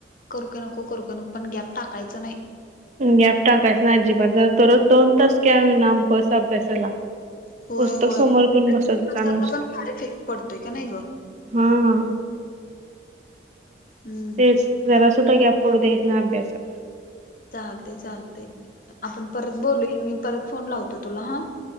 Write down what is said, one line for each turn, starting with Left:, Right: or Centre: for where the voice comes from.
Left: करू का नको करू का नको पण गॅप टाकायचं नाही.
Right: गॅप टाकायच नाही अजिबात दररोज दोन तास का होईना बस अभ्यासाला.
Left: होय
Right: पुस्तक
Left: होय
Right: समोर घेऊन बसत
Left: नसाचा
Right: जा नुसता.
Left: पण फार इफेक्ट पडतोय का नाही ग
Right: हम्म,
Left: हम्म
Right: तेच जरा सुद्धा गॅप पडू द्यायचा नाही अभ्यासात.
Left: चालतंय चालतंय आपण परत बोलूया मी परत फोन लावतो तुला हा.